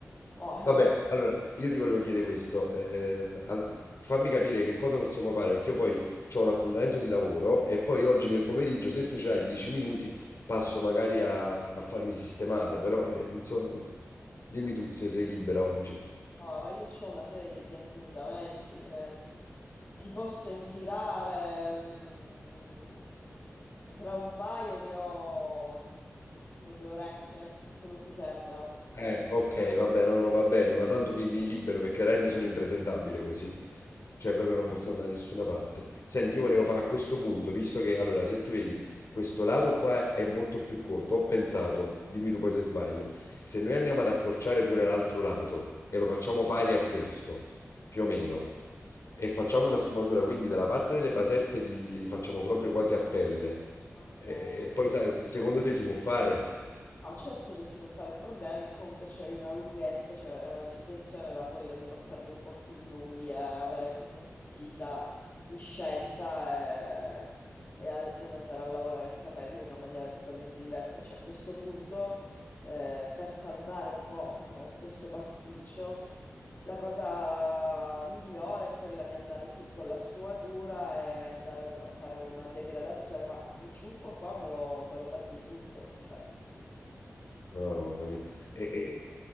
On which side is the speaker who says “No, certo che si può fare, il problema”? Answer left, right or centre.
Left